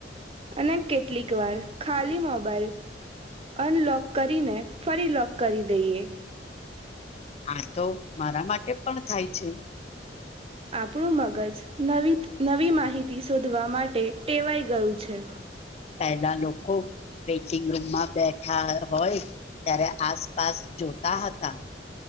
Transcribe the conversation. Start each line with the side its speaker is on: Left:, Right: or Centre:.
Right: અને કેટલીક વાર ખાલી મોબાઈલ અનલોક કરીને ફરી લોક કરી દઈએ.
Left: આ તો મારા માટે પણ થાય છે.
Right: આપણું મગજ નવી માહિતી શોધવા માટે ટેવાઈ ગયું છે.
Left: પહેલા લોકો વેટિંગ રૂમમાં બેઠા હોય ત્યારે આસપાસ જોતા હતા